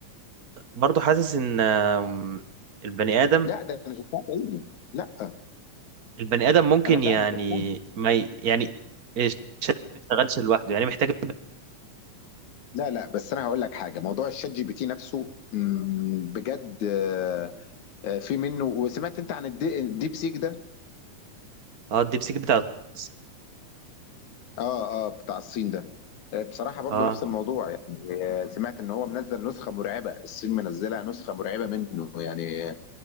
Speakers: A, on the right; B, on the left.
A: برضو حاسس ان آم، البني ادم
B: لا ده انا شفتها بعيني لا
A: البني ادم ممكن
B: انا فعلا
A: يعني
B: شفتها
A: ما ي- يعني إيش- ما يشتغلش لوحده يعني محتاج
B: لا لا بس انا هقول لك حاجه موضوع الشات جي بي تي نفسه مم، بجد آه، آه، في منه وسمعت انت عن الدي- الديب سيك ده
A: اه الديبسيك بتاع الغاز.
B: اه اه بتاع الصين ده آه، بصراحه برضو
A: اه
B: نفس الموضوع يعني آه، سمعت ان هو منزل نسخه مرعبه الصين منزله نسخه مرعبه منه يعني